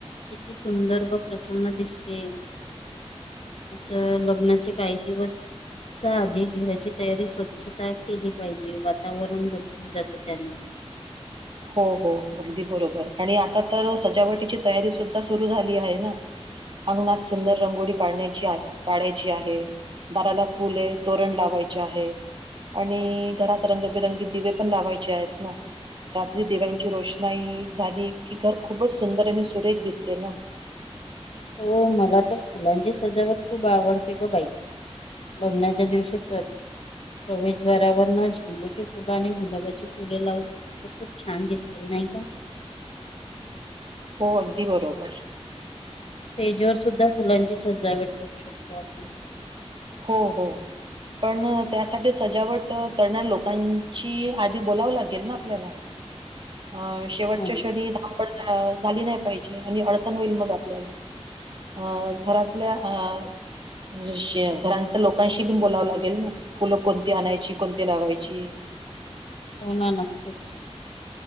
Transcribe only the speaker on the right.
हो हो, अगदी बरोबर आणि आता तर सजावटीची तयारी सुद्धा सुरू झाली आहे ना, अंगणात सुंदर रंगोळी काढण्याची काढायची आहे. दाराला फुले तोरण लावायचे आहेत. आणि घरात रंगबेरंगी दिवे पण लावायचे आहेत ना, रात्री दिव्यांची रोषणाई झाली की, घर खूपच सुंदर आणि सुरेख दिसते ना,
हो अगदी बरोबर.
हो हो. पण त्यासाठी सजावट करणाऱ्या लोकांची आधी बोलावं लागेल ना आपल्याला. अ शेवटच्या
क्षणी धावपड झाली नाही पाहिजे आणि अडचण होईल मग आपल्याला. अ घरातल्या अ. घरां तर लोकांशी बी बोलावं लागेल ना. फुलं कोणती आणायची कोणती लावायची.